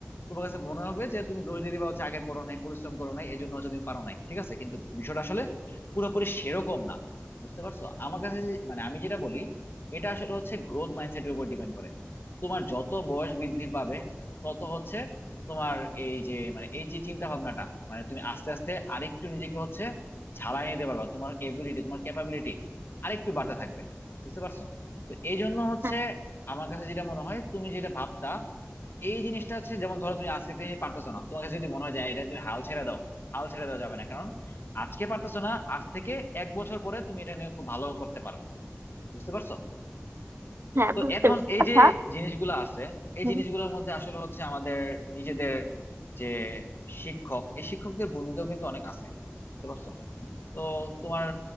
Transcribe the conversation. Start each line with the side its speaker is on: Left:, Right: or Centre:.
Left: তোমার কাছে মনে হবে যে তুমি দোষ দিয়ে দিবা হচ্ছে আগে পড়ো নাই পরিশ্রম করো নাই এই জন্য হচ্ছে তুমি পারো নাই ঠিক আছে কিন্তু বিষয়টা আসলে পুরোপুরি সেরকম না বুঝতে পারছো আমার কাছে যে- মানে আমি যেটা বলি এটা আসলে হচ্ছে গ্রোথ মাইন্ডসেটের উপর ডিপেন্ড করে তোমার যত বয়স বৃদ্ধি পাবে তত হচ্ছে তোমার এই যে মানে এই যে চিন্তা ভাবনাটা মানে তুমি আস্তে আস্তে আরেকটু নিজেকে হচ্ছে ঝালাই নিতে পারবা তোমার এবিলিটি তোমার ক্যাপাবিলিটি আরেকটু বাড়তে থাকবে বুঝতে পারছো তো এই জন্য হচ্ছে
Right: হ্যাঁ
Left: আমার কাছে যেটা মনে হয় তুমি যেটা ভাবতা এই জিনিসটা হচ্ছে যেমন ধরো তুমি আজকে একটা জিনিস পারতেছো না তোমার কাছে যদি মনে হয় যায় এটা তুমি হাল ছেড়ে দাও, হাল ছেড়ে দেওয়া যাবে না, আজকে পারতেছো না আজ থেকে এক বছর পরে তুমি এটা নিয়ে খুব ভালো করতে পারো বুঝতে পারছো
Right: হ্যাঁ
Left: তো
Right: বুঝতে
Left: এখন
Right: পেরেছি
Left: এই
Right: আচ্ছা
Left: যে জিনিসগুলো আছে এই
Right: উম,
Left: জিনিসগুলোর মধ্যে আসলে হচ্ছে আমাদের নিজেদের যে শিক্ষক এই শিক্ষকদের ভূমিকাও কিন্তু অনেক আছে বুঝতে পারছো তো তোমার